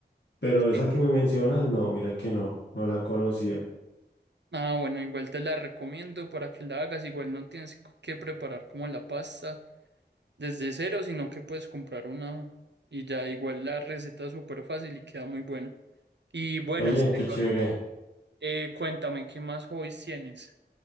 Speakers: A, on the left (about 75°); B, on the right (about 75°).
A: Pero esa
B: sí.
A: que me mencionas, no, mira que no, no la conocía.
B: Ah, bueno, igual te la recomiendo para que la hagas, igual no tienes que preparar como la pasta. desde cero, sino que puedes comprar una y ya igual la receta es súper fácil y queda muy buena. Y bueno,
A: Oye,
B: este,
A: qué chévere.
B: eh, cuéntame, ¿qué más hobbies tienes?